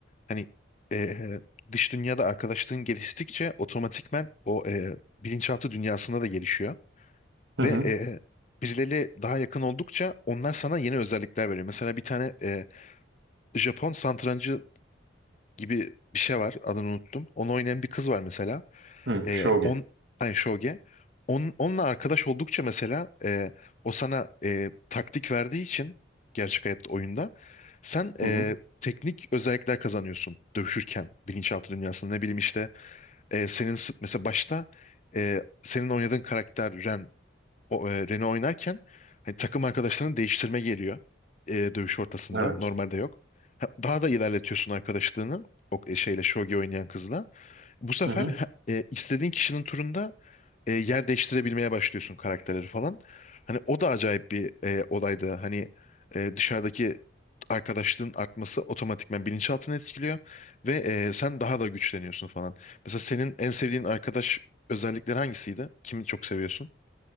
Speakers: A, on the left (about 40°); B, on the right (about 75°).
A: Hani e, dış dünyada arkadaşlığın geliştikçe otomatikmen o e, bilinçaltı dünyasında da gelişiyor.
B: Hı
A: Ve
B: hı.
A: e, birileriyle daha yakın oldukça onlar sana yeni özellikler veriyor. Mesela bir tane e, Japon satrancı gibi bir şey var. Adını unuttum. Onu oynayan bir kız var mesela.
B: Hı,
A: E,
B: Shogi.
A: on, ay Shoge. On, onunla arkadaş oldukça mesela e, o sana e, taktik verdiği için gerçek hayatta oyunda sen
B: Hı
A: e,
B: hı.
A: teknik özellikler kazanıyorsun dövüşürken bilinçaltı dünyasında. Ne bileyim işte e, senin s- mesela başta e, senin oynadığın karakter Ren o, e, Rene oynarken hani takım arkadaşlarını değiştirme geliyor e, dövüş ortasında.
B: Evet.
A: Normalde yok. Ha, Daha da ilerletiyorsun arkadaşlığını o e, şeyle Shogi oynayan kızla. Bu sefer
B: Hı hı.
A: ha, e, istediğin kişinin turunda e, yer değiştirebilmeye başlıyorsun karakterleri falan. Hani o da acayip bir e, olaydı. Hani e, dışarıdaki arkadaşlığın artması otomatikman bilinçaltını etkiliyor ve e, sen daha da güçleniyorsun falan. Mesela senin en sevdiğin arkadaş özellikleri hangisiydi? Kimi çok seviyorsun?